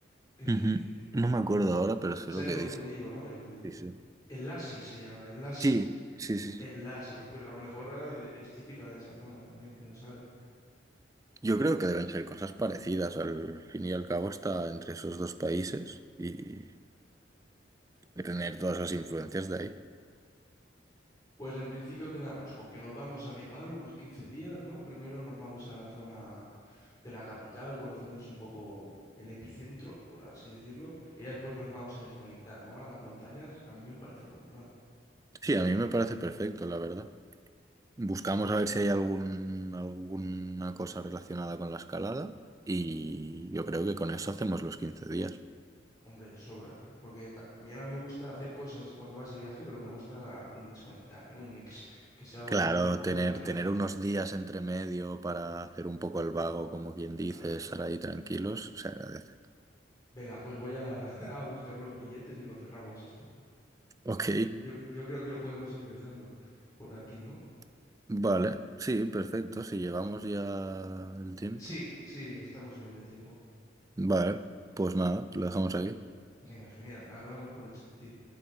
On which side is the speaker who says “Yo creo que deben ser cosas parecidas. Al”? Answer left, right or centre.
Right